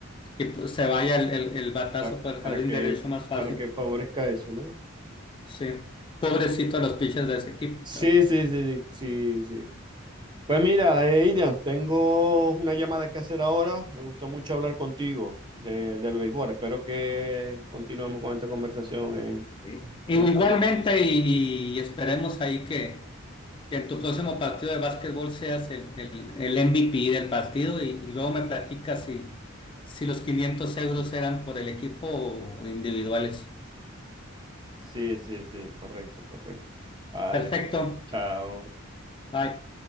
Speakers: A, on the left; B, on the right.
A: que pues, se vaya el, el, el batazo
B: pa-
A: por el
B: para
A: jardín
B: que,
A: derecho más fácil.
B: para que favorezca eso, ¿no?
A: Sí, pobrecito los pitchers de ese equipo,
B: Sí,
A: pero.
B: sí, sí, sí, sí. Pues mira, eh, Irian, tengo una llamada que hacer ahora. Me gustó mucho hablar contigo de, del béisbol. Espero que continuemos con esta conversación en...
A: Sí. Y-
B: en-
A: Igualmente, y, y esperemos ahí que, que en tu próximo partido de básquetbol seas el, el, el MVP del partido y, y luego me platicas si, si los 500 euros eran por el equipo o individuales.
B: Sí, sí, sí, correcto, correcto. Vale,
A: Perfecto.
B: chao.
A: Bye.